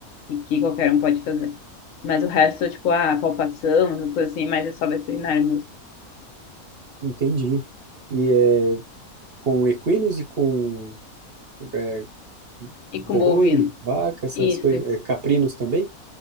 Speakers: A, on the left; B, on the right.
A: que, que qualquer um pode fazer. Mas o resto, tipo, a palpação, essas coisas assim, mas é só veterinário mesmo.
B: Entendi. E é com equinos e com é, boi,
A: E com bovino.
B: vaca, essas
A: Isso,
B: coisas,
A: isso.
B: é, caprinos também?